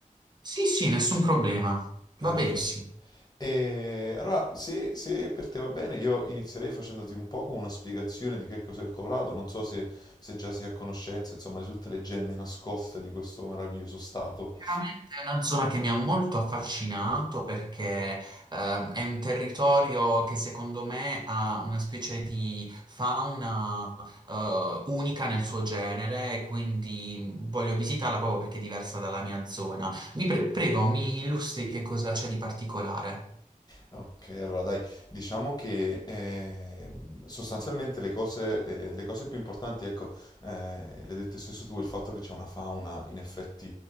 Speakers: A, on the right; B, on the left.
A: Sì, sì, nessun problema.
B: Perfetto.
A: Va benissimo.
B: E allora, se, se per te va bene, io inizierei facendoti un po' con una spiegazione di che cos'è il Colorado. Non so se, se già sei a conoscenza, insomma, di tutte le gemme nascoste di questo meraviglioso stato.
A: Veramente è una zona che mi ha molto affascinato perché ehm, è un territorio che secondo me ha una specie di fauna eh, unica nel suo genere e quindi voglio visitarla proprio perché è diversa dalla mia zona. Mi pre- prego, mi illustri che cosa c'è di particolare.
B: Ok, allora dai, diciamo che ehm, sostanzialmente le cose, eh, le cose più importanti, ecco, eh, le hai dette stesso tu, il fatto che c'è una fauna in effetti